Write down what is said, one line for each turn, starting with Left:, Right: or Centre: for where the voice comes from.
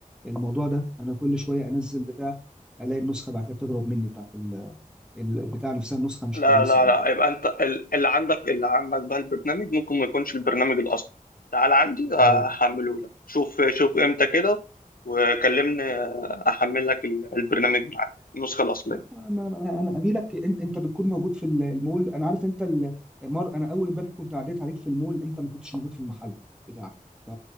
Centre: الموضوع ده انا كل شويه انزل بتاع الاقي النسخه بعد كده بتضرب مني بتاعت ال- البتاع نفسها النسخه مش
Left: لا
Centre: كويسه
Left: لا
Centre: يعني
Left: لا يبقى انت ال- اللي عندك اللي عندك بقى البرنامج ممكن ما يكونش البرنامج الاصلي تعال عندي
Centre: أه
Left: هحمله لك شوف شوف امتى كده وكلمني احمل لك ال- البرنامج معاك النسخه الاصليه
Centre: لا ما ما- انا أنا قايل لك إن- انت بتكون موجود في ال- المول انا عارف انت ال- مر انا اول امبارح كنت عديت عليك في المول انت ما كنتش موجود في المحل بتاعك ف